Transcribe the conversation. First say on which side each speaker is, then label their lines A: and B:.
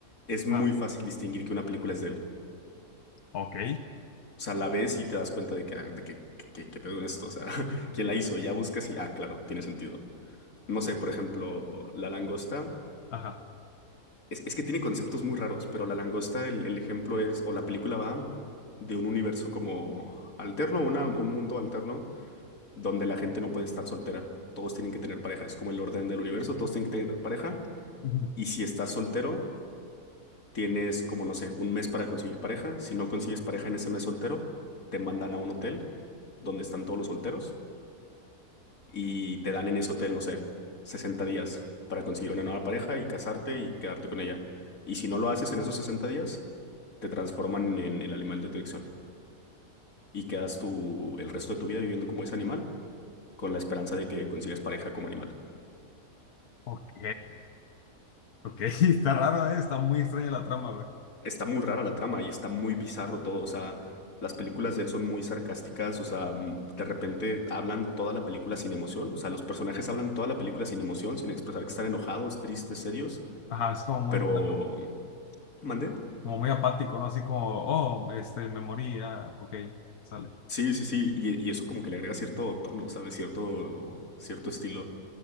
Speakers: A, on the left (about 70°); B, on the left (about 80°).
A: es muy
B: Ah,
A: fácil distinguir que una película es de él.
B: ok.
A: O sea, la ves y te das cuenta de que, ah, de que, que, que- qué pedo con esto, o sea, <laughs> quién la hizo, ya buscas y, ah, claro, tiene sentido. No sé, por ejemplo, La Langosta.
B: Ajá.
A: Es, es que tiene conceptos muy raros, pero la langosta, el, el ejemplo es, o la película va de un universo como alterno, una, un mundo alterno, donde la gente no puede estar soltera. Todos tienen que tener pareja. Es como el orden del universo, todos tienen que tener pareja.
B: Ujú.
A: Y si estás soltero, tienes como, no sé, un mes para conseguir pareja. Si no consigues pareja en ese mes soltero, te mandan a un hotel donde están todos los solteros y te dan en ese hotel, no sé, 60 días para conseguir una nueva pareja y casarte y quedarte con ella. Y si no lo haces en esos 60 días, te transforman en el animal de tu elección y quedas tú el resto de tu vida viviendo como ese animal con la esperanza de que consigas pareja como animal.
B: Ok. Ok, <laughs> está raro, eh, está muy extraña la trama, güey.
A: Está muy rara la trama y está muy bizarro todo, o sea, las películas de él son muy sarcásticas, o sea, mm, de repente hablan toda la película sin emoción, o sea, los personajes hablan toda la película sin emoción, sin expresar que están enojados, tristes, serios,
B: Ajá, es como muy
A: pero...
B: plano,
A: ¿Mandé?
B: como muy apático, ¿no? Así como, oh, este, me morí, ah, ok, sale.
A: Sí, sí, sí, y, y eso como que le agrega cierto tono, ¿sabes? Cierto, cierto estilo.